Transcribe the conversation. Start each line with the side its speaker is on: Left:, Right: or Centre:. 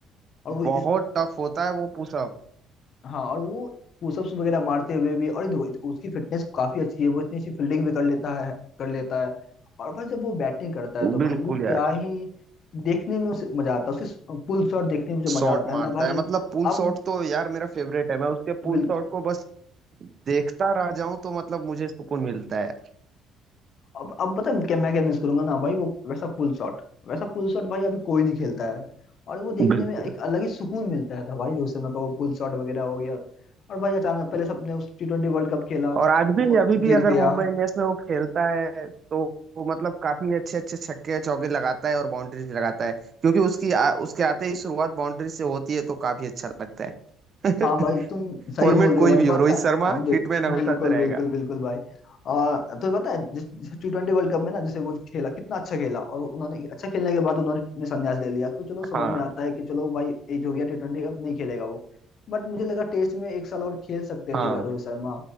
Left: और वो इस
Right: बहुत टफ होता है वो पुशअप
Left: हाँ और वो पुशअप्स वगैरह मारते हुए भी और ये देखो इत- उसकी फिटनेस काफी अच्छी है वो इतनी अच्छी फील्डिंग भी कर लेता है कर लेता है और भाई जब वो बैटिंग करता है तो भाई
Right: बिल्कुल
Left: वो
Right: यार
Left: क्या ही देखने में उसे मजा आता है उसे पुल शॉट देखने में जो
Right: शॉट
Left: मजा आता है
Right: मारता
Left: ना भाई
Right: है मतलब पुल
Left: अब
Right: शॉट तो यार मेरा फेवरेट है मैं उसके पुल
Left: बिल
Right: शॉट को बस देखता रह जाऊं तो मतलब मुझे सुकून मिलता है
Left: अब अब पता है क्या मैं क्या मिस करूंगा ना भाई वो वैसा पुल शॉट वैसा पुल शॉट भाई अभी कोई नहीं खेलता है और वो देखने
Right: बिल्कुल
Left: में एक अलग ही सुकून मिलता था भाई उस समय का वो पुल शॉट वगैरह हो गया और भाई अचानक पहले सबने उस टी ट्वेंटी वर्ल्ड कप खेला
Right: और आज भी
Left: वो
Right: अभी
Left: जीत
Right: भी अगर
Left: गया
Right: मुंबई इंडियंस में वो खेलता है तो वो मतलब काफी अच्छे अच्छे छक्के चौके लगाता है और बाउंड्रीज लगाता है क्योंकि उसकी आ, उसके आते ही शुरुआत बाउंड्री से होती है तो काफी अच्छा लगता है
Left: हाँ भाई
Right: <laughs>
Left: तुम सही
Right: फॉर्मेट
Left: बोल रहे
Right: कोई
Left: हो भाई
Right: भी हो
Left: पता
Right: रोहित शर्मा
Left: है हाँ, बि-
Right: हिटमैन हमेशा
Left: बिल्कुल
Right: से रहेगा
Left: बिल्कुल बिल्कुल भाई और तो पता है जिस टी ट्वेंटी वर्ल्ड कप में ना जैसे वो खेला कितना अच्छा खेला और उन्होंने अच्छा खेलने के बाद उन्होंने ने संन्यास ले लिया तो चलो समझ
Right: हाँ
Left: में आता है कि चलो भाई एज हो गया टी ट्वेंटी अब नहीं खेलेगा वो बट मुझे लगा टेस्ट में एक साल और खेल सकते
Right: हाँ
Left: थे रोहित शर्मा